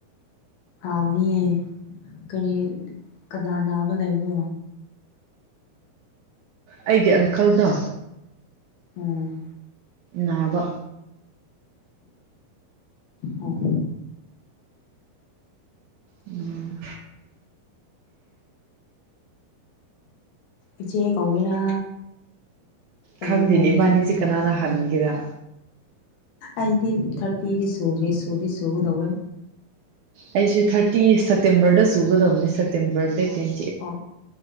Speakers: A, on the left; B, on the right.
A: ꯍꯥꯎꯅꯤꯌꯦ ꯀꯔꯤ ꯀꯅꯥ ꯅꯥꯕ ꯂꯩꯕ꯭ꯔꯣ
B: ꯑꯩꯒꯤ ꯑꯪꯀꯜꯗꯣ
A: ꯎꯝ
B: ꯅꯥꯕ
A: ꯑꯣ
B: ꯎꯝ
A: ꯏꯆꯦ ꯀꯧꯒꯦꯔꯥ ꯀꯔꯤ
B: ꯈꯪꯗꯦꯅꯦ
A: ꯀꯧꯗꯣꯏꯅꯤ
B: ꯏꯕꯥꯅꯤꯁꯦ ꯀꯅꯥꯅ ꯍꯟꯒꯦꯔꯥ
A: ꯑꯩꯗꯤ ꯊꯥꯔꯇꯤꯗꯤ ꯁꯨꯗ꯭ꯦ ꯁꯨꯗꯤ ꯁꯨꯒꯗꯧꯔꯦ
B: ꯑꯩꯁꯦ ꯊꯥꯔꯇꯤ ꯁꯦꯞꯇꯦꯝꯕꯔꯗ ꯆꯨꯒꯗꯕꯅꯦ ꯁꯦꯞꯇꯦꯝꯕꯔ ꯗꯦꯠꯇꯤꯟ
A: ꯑꯣ